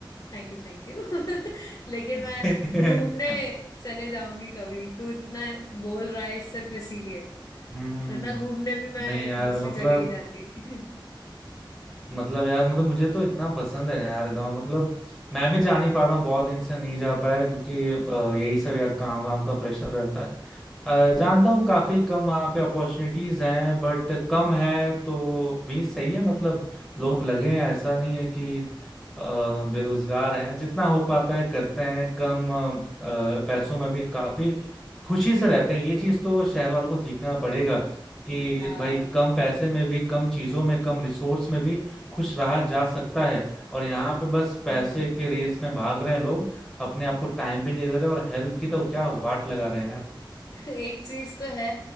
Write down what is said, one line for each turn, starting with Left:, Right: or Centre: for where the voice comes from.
Left: थैंक यू थैंक यू <laughs> लेकिन मैं
Centre: <laughs>
Left: घूमने चले जाऊंगी कभी तू इतना बोल रहा है सिर्फ इसीलिए
Centre: हम्म
Left: वरना घूमने भी मैं
Centre: नहीं यार
Left: दूसरी
Centre: मतलब
Left: जगह ही जाती <laughs>
Centre: मतलब यार मतलब मुझे तो इतना पसंद है ना यार गांव मतलब मैं भी जा नहीं पा रहा हूँ बहुत दिन से नहीं जा पाया क्योंकि अ, यही सब यार काम वाम का प्रेशर रहता है अ,
Left: हम्म
Centre: जानता हूँ काफी कम वहाँ पे अपॉर्चुनिटीज हैं बट कम है तो भी सही है मतलब लोग लगे हैं ऐसा नहीं है कि अ, बेरोजगार हैं जितना हो पाता है करते हैं कम अ, पैसों में भी काफी खुशी से रहते हैं ये चीज तो शहर वालों को सीखना पड़ेगा कि
Left: हाँ
Centre: भाई कम पैसे में भी कम चीजों में कम रिसोर्स में भी खुश रहा जा सकता है और यहाँ पे बस पैसे
Left: हम्म
Centre: की रेस में भाग रहे हैं लोग अपने आप को टाइम
Left: ए-
Centre: भी नहीं दे रहे और हेल्थ की तो क्या वाट लगा रहे हैं यार
Left: <laughs> एक चीज तो है